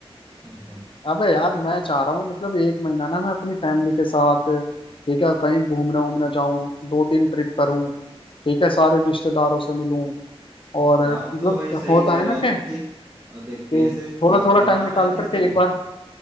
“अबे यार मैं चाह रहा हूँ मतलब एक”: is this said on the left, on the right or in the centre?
Left